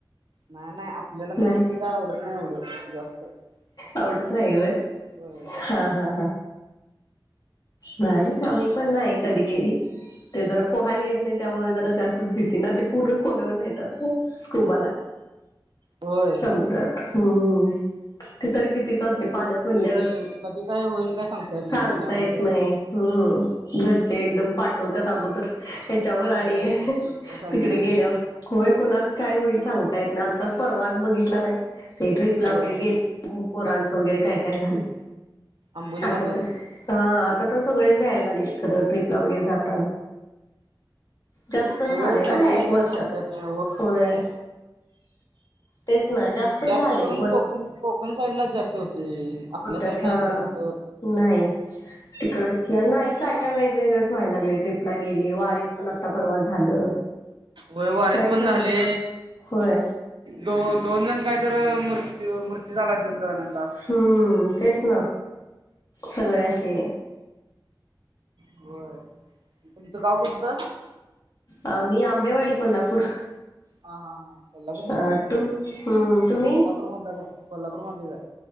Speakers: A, on the right; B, on the left.
A: नाही नाही आपल्याला म्हणजे
B: नाही
A: ते काय आवडत नाही आवडं जास्त
B: आवडत
A: स्टेप
B: नाहीय होय
A: वगैरे होय
B: हा हा नाही आम्ही पण नाही कधी केली ते जरा पोहायला येत नाही त्यामुळे जरा जास्तच भीती ना ते पूर्ण खोलीवर नेतात स्कूबाला
A: होय
B: समुद्रात हम्म ते तरी भीतीच असते पाण्यात म्हणल्यावर.
A: आणि कधी काय होईल का सांगतायेत नाही
B: सांगता
A: हो त्यामुळे
B: येत नाही
A: कस
B: हम्म घरचे एकदम पाठवत्यात अगोदर याच्यावर आणिय
A: होय विश्वासाने
B: तिकडे गेल्यावर
A: आणि
B: होय कुणाच काय होईल पहा सांगता येत नाही परवाच बघितलं नाही ते ट्रीपला
A: होय
B: वगैरे गेले पोरांचं वगैरे काय काय झाले
A: आंबोली
B: आता
A: घाटात
B: तर हा आता तर सगळेच भ्यायला लागलेत खरं ट्र्रीपला वगैरे
A: हा
B: जाताना जास्तच
A: वेळ
B: झाले
A: कशी
B: ना ह
A: येईल
B: एक
A: काय
B: वर्षात
A: सांगता येत नाही
B: होय तेच ना जास्तच
A: जास्त
B: झाले
A: करून
B: एक
A: कोकण कोकण साईड लाच जास्त होत आपल्या
B: होतत
A: साईडला
B: हा
A: इकडे कुठे
B: नाही तिकडच
A: होय.
B: कि नाही काय काय वेगवेगळेंच व्हायला लागले ट्रीप ला गेले वारीत पण आत्ता परवा झालं
A: वयवारीत
B: काय
A: पण
B: सगळं
A: झाले
B: होय
A: दो दोन जण काहीत मृत्य मृत्यू झालाय दोन जणांना
B: हम्म तेच ना सगळ्याशी
A: होर तुमचं गाव कोणतं
B: अ मी आंबेवाडी कोल्हापूर
A: हा हा हा कोल्हापूर
B: अ तुम हम्म तुम्ही
A: ूरमध्ये आहे कोल्हापूरमध्येध्ये जाय